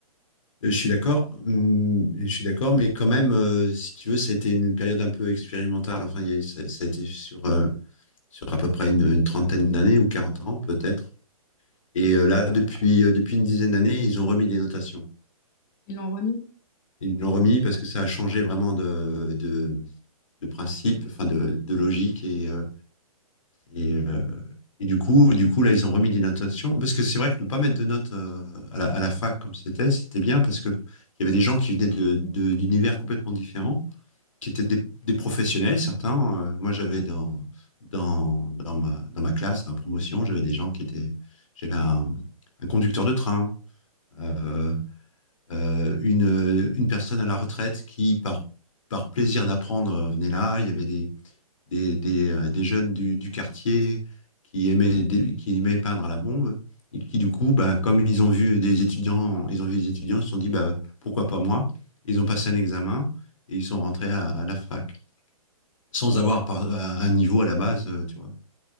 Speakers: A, on the left (about 60°); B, on the left (about 30°).
A: Euh, Je suis d'accord, Hum, je suis d'accord, mais quand même, euh, si tu veux, ça a été une période un peu expérimentale. Enfin, il y a, eu- ça, ça, a été sur, euh, sur à peu près une, une trentaine d'années ou 40 ans peut-être. Et euh, là, depuis, euh, depuis une dizaine d'années, ils ont remis des notations.
B: Ils l'ont remis.
A: Ils l'ont remis parce que ça a changé vraiment de, de, de principe, enfin de, de logique. Et, euh, et, euh, et du coup, du coup, là, ils ont remis des notations. Parce que c'est vrai que ne pas mettre de notes euh, à la, à la fac comme c'était, c'était bien parce qu'il y avait des gens qui venaient de- de- d'univers complètement différents, qui étaient des, des professionnels, certains. Euh, moi, j'avais dans, dans, dans, ma, dans ma classe, dans ma promotion, j'avais des gens qui étaient. J'avais un, un conducteur de train. euh, euh, une, euh, une personne à la retraite qui, par, par plaisir d'apprendre, euh, venait là. Il y avait des, des, des, euh, des jeunes du, du quartier qui aimaient, des- qui aimaient peindre à la bombe et qui, du coup, bah, comme ils ont vu des étudiants, ils ont vu des étudiants, ils se sont dit, bah, pourquoi pas moi? Ils ont passé un examen et ils sont rentrés à, à la fac sans avoir par- à, un niveau à la base, euh, tu vois.